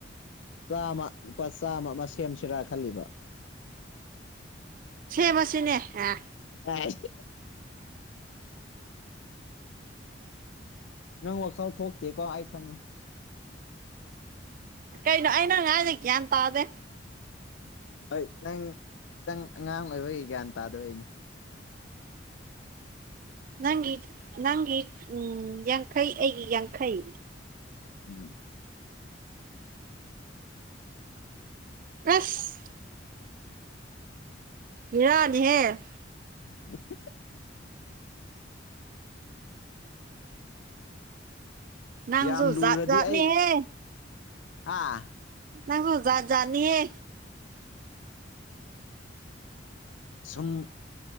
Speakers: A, on the left; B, on the right.
A: ꯆꯥꯝꯃ ꯂꯨꯄꯥ ꯆꯥꯝꯃ ꯑꯃ ꯁꯦꯝꯁꯤꯔꯥ ꯈꯜꯂꯤꯕ
B: ꯁꯦꯝꯃꯁꯤꯅꯦ ꯍꯦ
A: <unintelligible> ꯅꯪ ꯋꯥꯈꯜ ꯊꯣꯛꯇꯦꯀꯣ ꯑꯩ ꯈꯪꯉꯦ
B: ꯀꯩꯅꯣ ꯑꯩ ꯅꯪ ꯉꯥꯡꯗꯤ ꯒꯌ꯭ꯥꯟ ꯇꯥꯗꯦ
A: ꯍꯣꯏ ꯅꯪ ꯅꯪ ꯑꯉꯥꯡ ꯑꯣꯏꯕꯒꯤ ꯒ꯭ꯌꯥꯟ ꯇꯥꯗꯕꯩꯅꯦ
B: ꯅꯪꯒꯤ ꯅꯪꯒꯤ ꯎꯝ ꯌꯥꯡꯈꯩ ꯑꯩꯒꯤ ꯌꯥꯡꯈꯩ
A: ꯎꯝ
B: ꯑꯁ ꯕꯤꯔꯥꯅꯤꯍꯦ
A: <inaudible>
B: ꯅꯪꯁꯨ
A: ꯌꯥꯝ ꯂꯨꯔꯗꯤ
B: ꯖꯥꯠ ꯖꯥꯠꯅꯤꯍꯦ
A: ꯑꯩ ꯑꯥ
B: ꯅꯪꯁꯨ ꯖꯥꯠ ꯖꯥꯠꯅꯤꯍꯦ
A: ꯁꯨꯝ